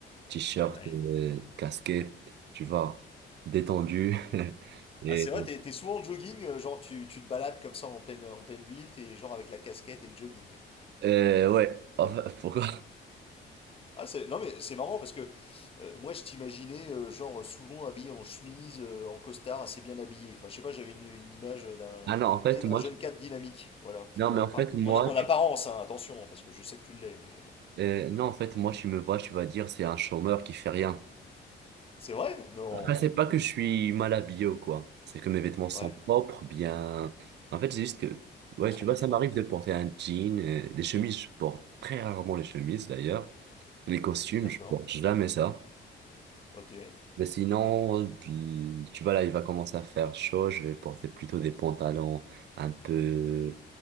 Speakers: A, on the right (about 60°); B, on the left (about 30°).
A: t-shirt,
B: ouais.
A: euh, casquette, tu vois, détendu. <laughs> Et,
B: Ah, c'est vrai, t'es t'es souvent en jogging, euh, genre tu, tu te balades comme ça en pleine, en pleine ville, t'es genre avec la casquette et le jogging.
A: euh, ouais, en fait, <laughs> pourquoi?
B: Ah, c'est... Non, mais c'est marrant parce que euh, moi, je t'imaginais, euh, genre, souvent habillé en chemise, euh, en costard, assez bien habillé. Enfin, je sais pas, j'avais une, une image d'un,
A: Ah non, en fait,
B: tu sais,
A: moi,
B: d'un jeune
A: je-
B: cadre dynamique. Voilà, tu
A: non,
B: vois.
A: mais en
B: Enfin,
A: fait, moi,
B: en, a- en
A: tu,
B: apparence, hein, attention, hein, parce que je sais que tu l'es, mais. euh,
A: euh, non, en fait, moi, tu me vois, tu vas dire, c'est un chômeur qui fait rien.
B: C'est vrai? Non.
A: Après, c'est pas que je suis mal habillé ou quoi. C'est que mes vêtements sont
B: Ouais.
A: propres, bien. En fait, c'est juste que, ouais,
B: Oh, il s'empêche
A: tu vois, ça m'arrive
B: pas, ouais.
A: de porter un jean, euh, des chemises, je porte très rarement les chemises d'ailleurs. Les costumes,
B: D'accord.
A: je porte jamais ça.
B: Ok. Ouais.
A: Mais sinon, l- tu vois, là, il va commencer à faire chaud. Je vais porter plutôt des pantalons un peu,